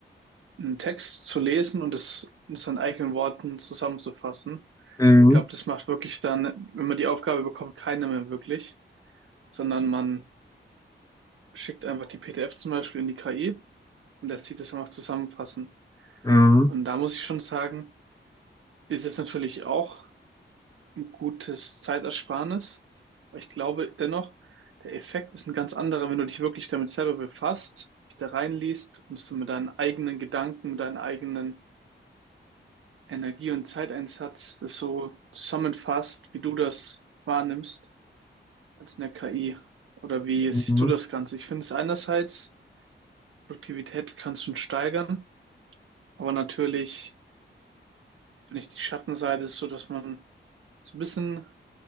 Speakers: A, on the right; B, on the left.
A: einen Text zu lesen und es in seinen eigenen Worten zusammenzufassen
B: Mhm.
A: Ich glaube, das macht wirklich dann, wenn man die Aufgabe bekommt, keiner mehr wirklich, sondern man schickt einfach die PDF zum Beispiel in die KI und lässt sich das einfach zusammenfassen.
B: Mhm.
A: Und da muss ich schon sagen, ist es natürlich auch ein gutes Zeitersparnis. Aber ich glaube dennoch, der Effekt ist ein ganz anderer, wenn du dich wirklich damit selber befasst, dich da reinliest und es dann mit deinen eigenen Gedanken, mit deinen eigenen Energie- und Zeiteinsatz das so zusammenfasst, wie du das wahrnimmst. als eine KI? Oder wie
B: Mhm.
A: siehst du das Ganze? Ich finde es einerseits, Produktivität kannst du steigern, aber natürlich finde ich die Schattenseite ist so, dass man so ein bisschen